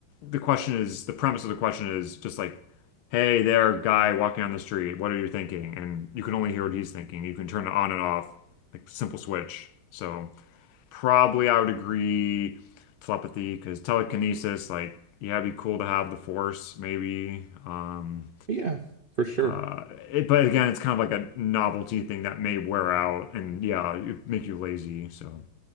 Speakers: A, on the left; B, on the right.
A: the question is the premise of the question is just like, hey there, guy walking on the street, what are you thinking? And you can only hear what he's thinking. You can turn it on and off, like simple switch. So probably I would agree telepathy because telekinesis, like yeah, it'd be cool to have the force maybe. Um,
B: Yeah, for sure.
A: uh, it, but again, it's kind of like a novelty thing that may wear out and yeah, it make you lazy. So.